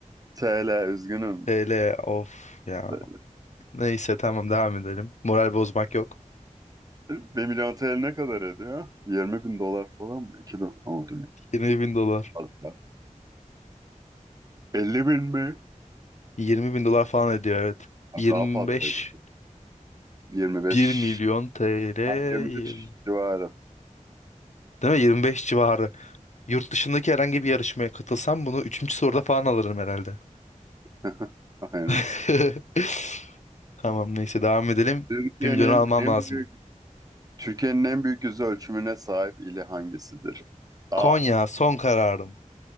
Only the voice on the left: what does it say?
TL of ya.
Neyse tamam devam edelim. Moral bozmak yok.
20 bin dolar.
20 bin dolar falan ediyor evet.
Yirmi
beş
bir milyon TL
Değil mi? 25 civarı. Yurt dışındaki herhangi bir yarışmaya katılsam bunu üçüncü soruda falan alırım herhalde.
<laughs> Tamam neyse devam edelim.
Bir milyonu almam
lazım.
Konya son kararım.